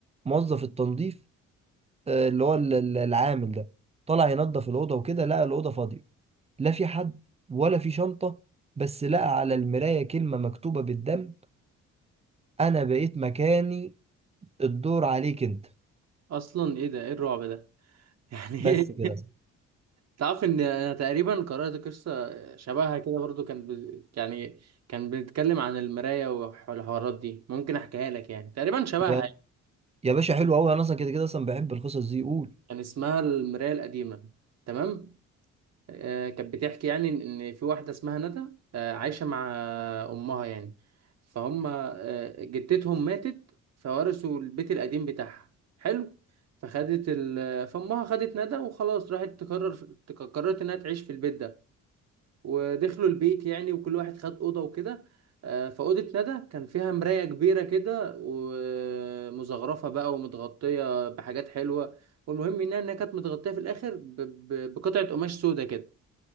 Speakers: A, on the right; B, on the right.
A: موظف التنظيف آه، اللي هو ال- ال- العامل ده طلع ينظف الأوضة وكده لقى الأوضة فاضية لا في حد ولا في شنطة بس لقى على المراية كلمة مكتوبة بالدم انا بقيت مكاني الدور عليك انت
B: اصلا ايه ده ايه الرعب ده يعني
A: بس
B: <laughs> ايه
A: كده
B: تعرف ان انا تقريبا قرأت قصة شبهها كده برضو كان ب... يعني كان بنتكلم عن المراية والحوارات دي ممكن احكيها لك يعني تقريبا شبهها
A: يا يا باشا حلو قوي انا اصلا كده كده اصلا بحب القصص دي قول
B: كان اسمها المراية القديمة تمام آه كانت بتحكي يعني إن إن في واحدة اسمها ندى آه عايشة مع أمها يعني فهم آه جدتهم ماتت فورثوا البيت القديم بتاعها حلو فخدت ال... فأمها خدت ندى وخلاص راحت تقرر قررت إنها تعيش في البيت ده ودخلوا البيت يعني وكل واحد خد اوضه وكده آه، فاوضه ندى كان فيها مرايه كبيره كده ومزخرفه بقى ومتغطيه بحاجات حلوه والمهم انها إنها كانت متغطيه في الاخر ب- ب- بقطعه قماش سودا كده